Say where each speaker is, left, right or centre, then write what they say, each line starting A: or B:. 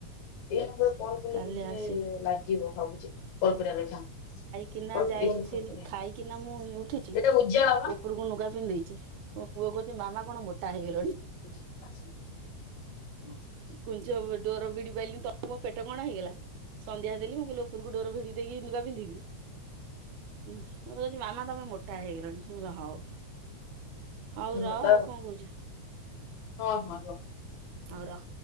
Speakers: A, on the left (about 75°); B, on the right (about 80°).
A: ଏଇ ନମ୍ବରରେ କଲ୍ କଲେ
B: କାଲି
A: ବୋଧେ
B: ଆସିବୁ
A: ଲାଗିବ ଭାବୁଛି କଲ କରିବା।
B: କିନା
A: କଲ୍
B: ଯାଇଥିଲି
A: ଏଇଥିରେ କଲ୍ କରିବା।
B: ଖାଇକିନା ମୁଁ ଉଠିଛି
A: ଏଇଟା ଉଜାଲା ବା।
B: ଉପରକୁ ଲୁଗା ପିନ୍ଧେଇଛି। ମୋ ପୁଅ କହୁଛି ମାମା କଣ ମୋଟା ହେଇଗଲଣି।
A: ହଁ
B: କୁ ଡୋର ବିଡିିବା। ପେଟ କଣ ହେଇଗଲା ସନ୍ଧ୍ୟା ଦେଲି ମୁଁ କହିଲି ଉପରକୁ ଡୋର ଭିଡି ଦେଇକିୁଗା ପିନ୍ଧିବି। ମତେ କହୁଛି ମାମା ତମେ ମୋଟା ହେଇଗଲଣି ହଉ। ହଉ
A: ହଁ
B: ର
A: ଭଲ
B: ଆଉ କଣ କହୁଛୁ
A: ହଁ ହଁ ରୁହ।
B: ହଉ ର